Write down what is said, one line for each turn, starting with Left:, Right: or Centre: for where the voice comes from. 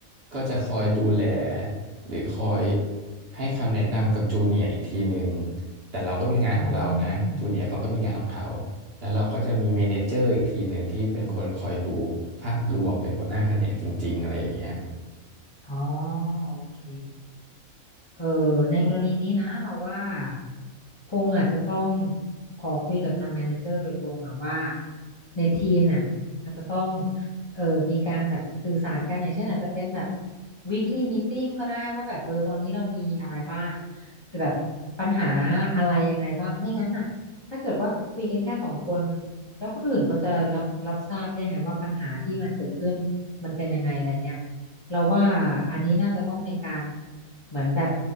Right: ก็จะคอยดูแลหรือคอยให้คำแนะนำกับจูเนียร์อีกทีหนึ่งแต่เราก็มีงานของเรานะจูเนียร์เขาก็มีงานของเขา
Left: อืม
Right: แล้วเราก็จะมีเมเนเจอร์อีกทีหนึ่งที่เป็นคนคอยดูภาพรวมเป็นหัวหน้าแผนกจริงๆอะไรอย่างเงี้ย
Left: อ๋อโอเคเออในกรณีนี้นะเราว่าพงษ์อาจจะต้องขอคุยกับทางแมเนเจอร์โดยตรงอะว่าในทีมเนี่ยอาจจะต้องเออมีการแบบสื่อสารกันอย่างเช่นอาจจะเป็นแบบ weekly meeting ก็ได้ว่าแบบเออตอนนี้เรามีอะไรบ้างแบบปัญหาอะไรยังไงบ้างไม่งั้นน่ะถ้าเกิดว่าคุยกันแค่สองคนแล้วคนอื่นเขาจะรับรับทราบได้ยังไงว่าปัญหาที่มันเกิดขึ้นมันเป็นยังไงอะไรเงี้ย เราว่าอันนี้น่าจะต้องเป็นการเหมือนแบบ